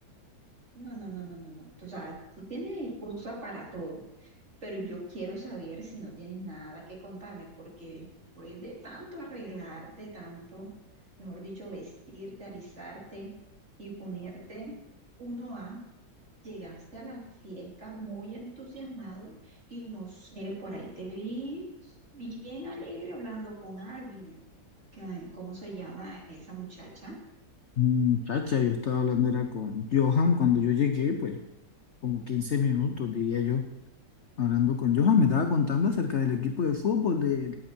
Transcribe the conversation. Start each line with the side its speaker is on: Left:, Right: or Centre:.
Right: No, no, no, no, no, no. O sea, tú tienes excusa para todo, pero yo quiero saber si no tienes nada que contarme, porque después de tanto arreglarte, tanto, mejor dicho, vestirte, alisarte y ponerte uno a Llegaste a la fiesta muy entusiasmado y no sé, por ahí te vi bien alegre hablando con alguien. que- ¿Cómo se llama esa muchacha?
Left: Muchacha, yo estaba hablando era con Johan cuando yo llegué, pues como 15 minutos diría yo, hablando con Johan, me estaba contando acerca del equipo de fútbol, de